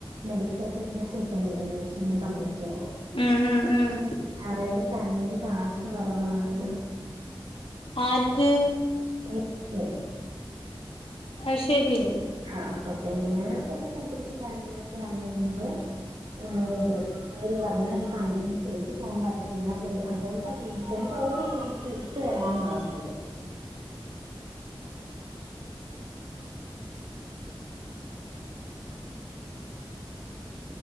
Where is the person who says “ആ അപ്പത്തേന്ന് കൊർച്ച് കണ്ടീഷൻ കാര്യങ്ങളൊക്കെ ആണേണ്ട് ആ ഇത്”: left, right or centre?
Right